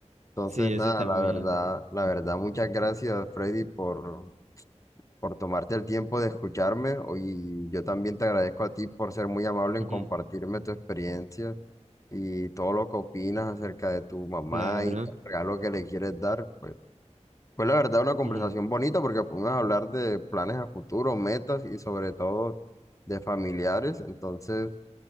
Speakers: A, on the left; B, on the right.
A: Entonces,
B: Sí, eso
A: nada,
B: también.
A: la verdad, la verdad, muchas gracias, Freddy, por por tomarte el tiempo de escucharme o- y yo también te agradezco a ti por ser muy amable
B: Ujú,
A: en compartirme tu experiencia y todo lo que opinas acerca de tu mamá
B: Claro.
A: y el regalo que le quieres dar. Pues fue la verdad una conversación
B: Ujú.
A: bonita porque pudimos hablar de planes a futuro, metas y sobre todo de familiares. Entonces,